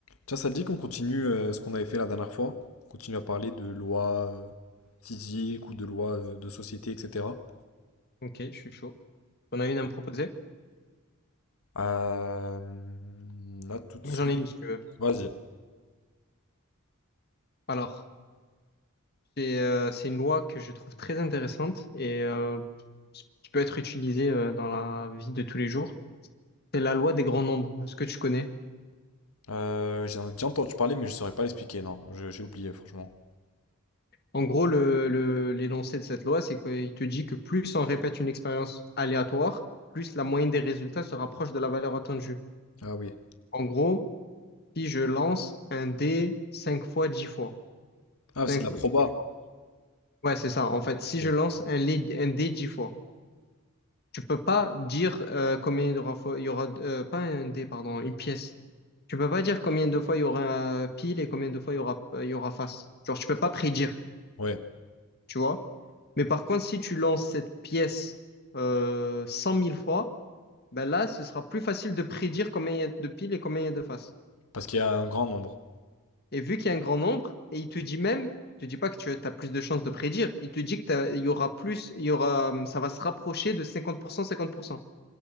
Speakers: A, on the left; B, on the left.
A: Tiens, ça te dit qu'on continue euh, ce qu'on avait fait la dernière fois? On continue à parler de lois euh, physiques ou de lois euh, de société, etc.
B: Ok, je suis chaud. On a une à me proposer?
A: Euh, là, tout de
B: Moi,
A: suite.
B: Ouais. j'en ai une si tu veux.
A: Vas-y.
B: Alors, c'est euh, c'est une loi que je trouve très intéressante et euh, qui qui peut être utilisée euh, dans la vie de tous les jours. C'est la loi des grands nombres. Est-ce que tu connais?
A: Euh, j'en ai déjà entendu parler, mais je saurais pas l'expliquer. Non, Je- j'ai oublié, franchement.
B: En gros, le, le- l'énoncé de cette loi, c'est qu'il te dit que plus on répète une expérience aléatoire, plus la moyenne des résultats se rapproche de la valeur attendue.
A: Ah oui.
B: En gros, si je lance un dé 5 fois 10 fois.
A: Ah,
B: 5
A: c'est de la proba.
B: 10 fois. Ouais, c'est ça. En fait, si
A: Ok.
B: je lance un, lé- un dé 10 fois. Tu peux pas dire euh, combien il y aura, fois- il y aura euh, pas un dé, pardon, une pièce. Tu peux pas dire combien de fois il y aura euh, pile et combien de fois il y aura, euh, il y aura face. Genre, tu peux pas prédire,
A: Ouais.
B: tu vois. Mais par contre, si tu lances cette pièce euh, 100 000 fois, ben là, ce sera plus facile de prédire combien il y a de piles et combien il y a de faces.
A: Parce qu'il y a un grand nombre.
B: Et vu qu'il y a un grand nombre, et il te dit même, il te dit pas que tu as plus de chances de prédire, il te dit que t'as- il y aura plus, il y aura, hum, ça va se rapprocher de cinquante cinquante pour cent, cinquante pour cent.